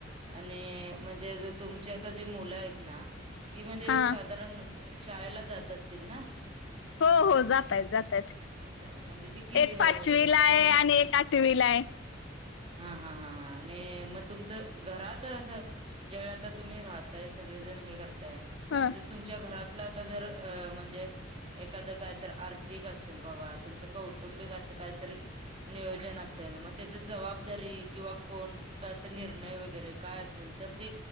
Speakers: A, on the right; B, on the left.
A: आणि म्हणजे तुमचे आता जे मुलं आहेत ना ती म्हणजे
B: हा
A: साधारण शाळेला जात असतील ना?
B: हो हो जातायेत जातायेत,
A: अ, म्हणजे ती किती
B: एक
A: अ,
B: पाचवीला आहे,
A: कोणतं
B: आणि एक आठ विला हाय.
A: हा हा हा आणि म तुमचं घरात अस ज्या वेळी तुम्ही राह ताय सगळी जण हे करताय म्हणजे
B: ह
A: तुमच्या घरातला आता जर अ म्हणजे एखादं काय तर आर्थिक असेल बाबा, तुमचं कौटुंबिक असं काहीतरी नियोजन असेल, म त्याची जबाबदारी कोन क असे निर्णय वगैरे काय असेल तर ते